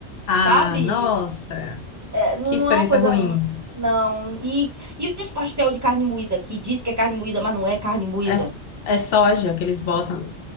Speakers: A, on the left; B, on the right.
A: Ah,
B: sabe?
A: nossa,
B: É, não,
A: que experiência
B: não é uma coisa.
A: ruim.
B: hum, Não. E, e os pastel de carne moída, que diz que é carne moída, mas não é carne moída?
A: É, é soja que eles botam.